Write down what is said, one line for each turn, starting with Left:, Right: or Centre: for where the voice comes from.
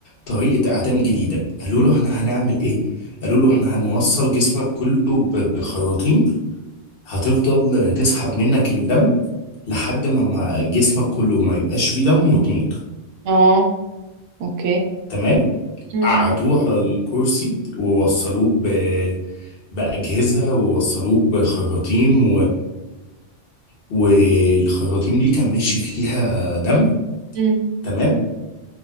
Left: طريقة اعدام جديدة قالوا
Right: مم.
Left: له احنا هنعمل ايه قالوا له احنا هنوصل جسمك كله ب- بخراطيم هتفضل تسحب منك الدم لحد ما ما جسمك كله ما يبقاش فيه دم وتموت
Right: اه اوكي
Left: تمام
Right: مم.
Left: قعدوه على الكرسي ووصلوه ب بأجهزة ووصلوه بخراطيم والخراطيم دي كان ماشي فيها دم
Right: مم.
Left: تمام